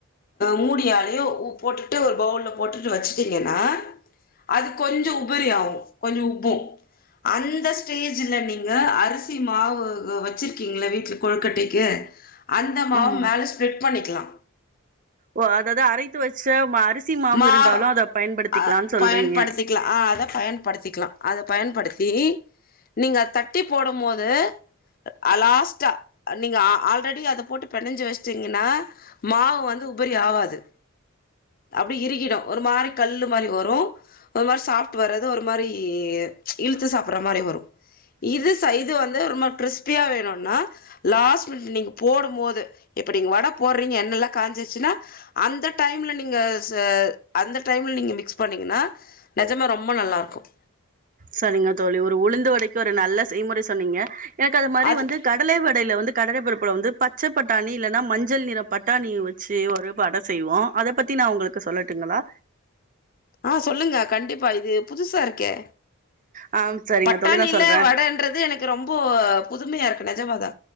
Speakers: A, on the left; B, on the right.
A: மூடியாலயும் போட்டுட்டு ஒரு பவுல்ல போட்டுட்டு வச்சுட்டீங்கன்னா அது கொஞ்சம் உபரி ஆகும் கொஞ்சம் உப்பும் அந்த அந்த ஸ்டேஜ்ல நீங்க அரிசி மாவு வச்சிருக்கிங்கல வீட்ல கொழுக்கட்டைக்கு அந்த மாவும்
B: ஆமா
A: மேலே ஸ்ப்பிரட் பண்ணிக்கலா
B: ஓ அதாவது அரைத்து வச்ச அரிசி மாவு
A: மாவ்
B: இருந்தாலும் அத பயன்படுத்திக்கலான்னு
A: அ
B: சொல்றீங்க
A: பயன்படுத்திக்கலா ஆ அத பயன்படுத்திக்கலாம் அத பயன்படுத்தி நீங்க தட்டி போடும் போது ஆ லாஸ்ட்டா நீங்க ஆல்ரெடி அத போட்டு பெனஞ்சு வச்சிட்டீங்கன்னா மாவு வந்து உபரி ஆவாது அப்டி இருக்கிடும் ஒரு மாரி கல்லு மாரி வரும் ஒரு மாரி சாப்ட்டு வராது ஒரு மாரி இழுத்து சாப்பற மாரி வரும் இது சைது வந்து ரொம்ப கிறிஸ்பியா வேணும்னா லாஸ்ட் மினிட் நீங்க போடும் போது இப்ப நீங்க வடை போடுறீங்க என்னெல்லாம் காஞ்சிச்சுன்னா அந்த டைம்ல நீ நீங்க ச அந்த டைம்ல நீங்க மிக்ஸ் பண்ணீங்கன்னா நஜமா ரொம்ப நல்லா இருக்கும்
B: சரிங்க தோழி ஒரு உளுந்து வடைக்கு ஒரு நல்ல செய்முறை சொன்னீங்க எனக்கு அது மாரி
A: அதுக்கு
B: வந்து கடலை வடையில வந்து கடலபருப்புல வந்து பச்சை பட்டணி இல்லன்னா மஞ்சள் நிற பட்டாணி வச்சு ஒரு வட செய்வோம் அத பத்தி நா உங்களுக் க்கு சொல்லட்டுங்களா
A: ஆ சொல்லுங்க கண்டிப்பா இது புதுசா இருக்கே
B: ஆ சரிங்க
A: பட்டாணியில
B: தோழி நான் சொல்றேன்.
A: வடைன்றது எனக்கு ரொம்ப புதுமையா இருக்கு நஜமாதா